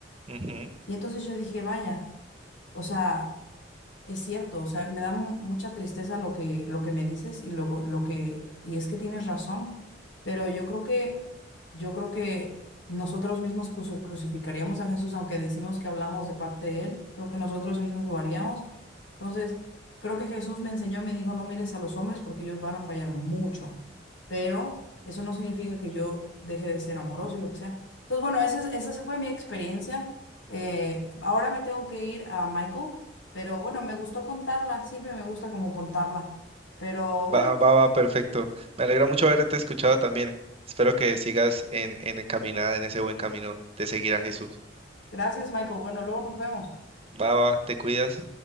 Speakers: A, on the right; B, on the left.
A: Ujú.
B: Y entonces yo dije, vaya, o sea, es cierto, o sea, me da mu- mucha tristeza lo que, lo que me dices y luego lo que, y es que tienes razón, pero yo creo que, yo creo que nosotros mismos cruci- crucificaríamos a Jesús, aunque decimos que hablamos de parte de él, creo que nosotros mismos lo haríamos. Entonces, creo que Jesús me enseñó, me dijo, no mires a los hombres porque ellos van a fallar mucho, pero eso no significa que yo deje de ser amoroso y lo que sea. Entonces, bueno, esa, es- esa fue mi experiencia. Eh, ahora me tengo que ir a Michael. Pero bueno, me gustó contarla, siempre me gusta como contarla. Pero bueno,
A: Va, va, va, perfecto. Me alegra mucho haberte escuchado también. Espero que sigas en, en encaminada, en ese buen camino de seguir a Jesús.
B: gracias, Michael. Bueno, luego nos vemos.
A: Va, va, va, te cuidas.